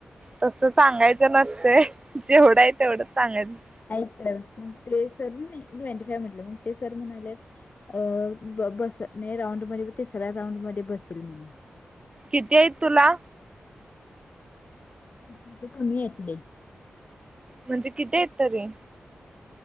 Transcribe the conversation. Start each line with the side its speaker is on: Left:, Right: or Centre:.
Right: तस सांगायचं नसत जेवढं आहे तेवढं सांगायचं.
Left: ऐक मग सर फॅमिलीला मग ते सर म्हणाले. अ ब बस राऊंड मध्ये तिसऱ्या राऊंड मध्ये बसेल म्हणून
Right: किती आहेत तुला?
Left: किती ते कमी येतले.
Right: म्हणजे किती येत त रे.